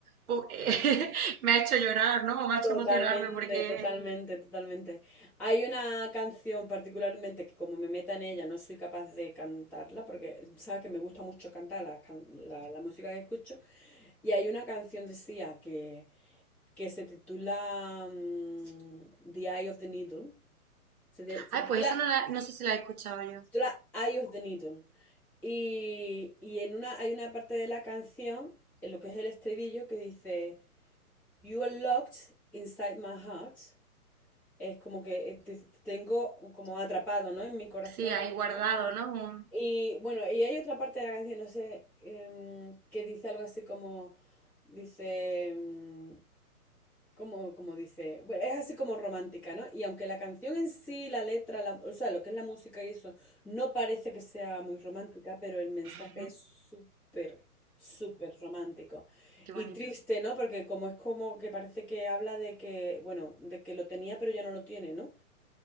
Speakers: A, on the right; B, in the centre.
A: pues, <laughs> eh, me ha hecho llorar, ¿no? O me ha hecho
B: Totalmente,
A: emocionarme porque...
B: totalmente, totalmente. Hay una canción particularmente que como me meta en ella no soy capaz de cantarla porque sabes que me gusta mucho cantar la, can- la- la música que escucho y hay una canción de Sia que, que se titula mm, The Eye of the Needle. Se, de- se
A: Ay,
B: titula,
A: pues esa no, la- no sé si la he escuchado yo.
B: se titula Eye of the Needle. Y, y en una, hay una parte de la canción, en lo que es el estribillo, que dice You are locked inside my heart. Es como que eh, te, te tengo como atrapado, ¿no? En mi corazón,
A: Sí, ahí guardado,
B: ¿no?
A: ¿no? Un-
B: Y bueno, y hay otra parte de la canción, no sé, em, que dice algo así como, dice, em, como, como dice, bueno, es así como romántica, ¿no? Y aunque la canción en sí, la letra, la- o sea, lo que es la música y eso, no parece que sea muy romántica, pero el mensaje
A: Ujú,
B: es súper, súper romántico.
A: Qué
B: Y
A: bonito.
B: triste, ¿no? Porque como es como que parece que habla de que, bueno, de que lo tenía, pero ya no lo tiene, ¿no?